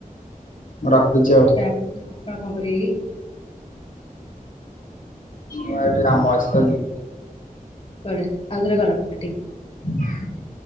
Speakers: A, on the left; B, on the left.
A: ମୁଁ ରଖୁଚି ଆଉ।
B: କି ଆପଣ ଆପଣ କଣ କରିବେ କି?
A: ମୁଁ ଏଠି କାମ ଅଛି ତ ଯିବି।
B: କୁଆଡେ ଆଉ ଥରେ କର କାଟିକି।
A: ହୁ